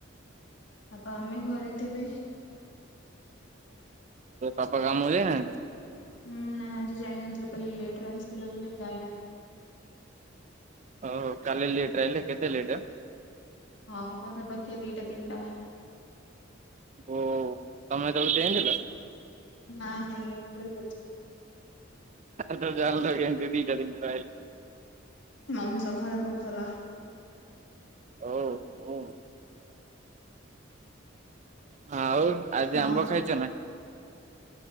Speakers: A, on the left; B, on the right.
A: ଆଉ ତ ଆମେ ଘରେ ଥିବେ
B: ପାପା କାମକୁ ଯାଇନାହାନ୍ତି
A: ହୁଁ ନା ଆଜି ଯାଇନଥିଲେ ଲେଟର ଆସିଥିଲେ ବୋଲିଲ ଯାଇନାହାନ୍ତି
B: ହଉଉ କାଲି ଲେଟ୍ ରହିଲେ କେତେ ଲେଟ୍ ଆ
A: ହଁ ପାଖାପାଖି ଦିଟା ତିନିଟା
B: ଓ ତମେ ହେତେବେଳୁ ଞ୍ଚେଇ ଥିଲ
A: ନା ନାଇ ଶୋଇ ପଡ଼ିଥିଲି
B: ତମେ ଜାଣିଲ କେମିତି ଦିଟା ତିନିଟା ରେ ଆଇଲେ ବୋଲି
A: ମମି ସକାଳେ କହୁଥିଲା
B: ଓୋ ହ ହଁ ହଉ ଆଜି
A: ହଁ
B: ଆମ୍ବ ଖାଇଛ ନା